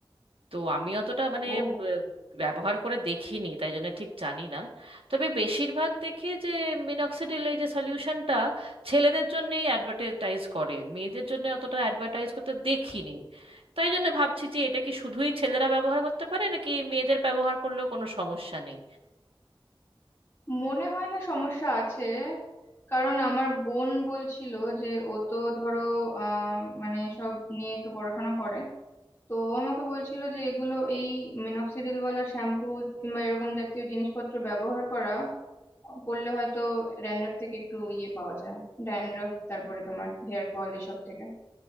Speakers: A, on the right; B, on the left.
A: তো আমি অতটা মানে
B: ও
A: ব- ব্যবহার করে দেখিনি তাই জন্য ঠিক জানি না তবে বেশিরভাগ দেখি যে মিনক্সিডিল এই যে সলিউশনটা ছেলেদের জন্যেই অ্যাডভার্টাইজ করে মেয়েদের জন্য অতটা অ্যাডভার্টাইজ করতে দেখিনি তাই জন্য ভাবছি যে এটা কি শুধুই ছেলেরা ব্যবহার করতে পারে নাকি মেয়েদের ব্যবহার করলেও কোনো সমস্যা নেই
B: মনে হয় না সমস্যা আছে কারণ আমার বোন বলছিল যে ও তো ধরো আহ মানে সব নিয়ে একটু পড়াশোনা করে তো ও আমাকে বলছিল যে এগুলো এই মেনক্সিডিল ওয়ালা শ্যাম্পু কিংবা এরকম জাতীয় জিনিসপত্র ব্যবহার করা করলে হয়তো ড্যান্ড্রফ থেকে একটু ইয়ে পাওয়া যায় ড্যান্ড্রফ তারপরে তোমার হেয়ার ফল এসব থেকে